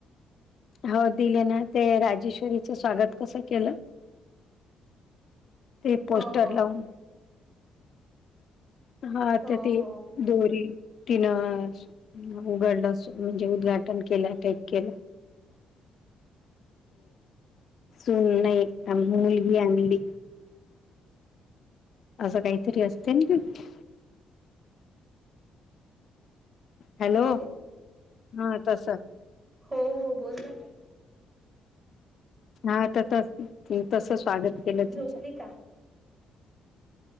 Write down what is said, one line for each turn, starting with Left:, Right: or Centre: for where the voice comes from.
Left: हो दिले ना ते राजेश्वरीचं स्वागत कस केलं ते पोस्टर
Right: हो हो
Left: लावून हा
Right: हो
Left: तर ते
Right: हो
Left: दोरी तिनं उघडलं म्हणजे उद्घाटन केलं टेप केलं
Right: हा
Left: सुून नाही आम्ही मुलगी आणली असं काहीतरी असते ना कि हॅलो
Right: हो
Left: हा तसं
Right: हो हो बोल ना
Left: हा तर तस स्वागत केलं
Right: झोपली
Left: तिचं
Right: का